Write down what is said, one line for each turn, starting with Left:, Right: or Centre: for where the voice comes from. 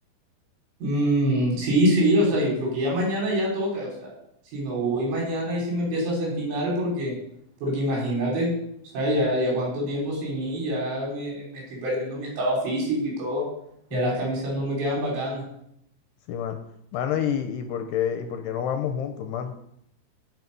Right: Mm, sí, sí, o sea, yo creo que ya mañana ya toca, o sea, si no voy mañana y si me empiezo a sentir mal porque, porque imagínate, o sea, ya, ya cuánto tiempo sin ir, ya me, me estoy perdiendo mi estado físico y todo, ya
Left: <laughs>
Right: las camisas no me quedan bacanas.
Left: Sí, mano. Mano, ¿y, y por qué, y por qué no vamos juntos, mano?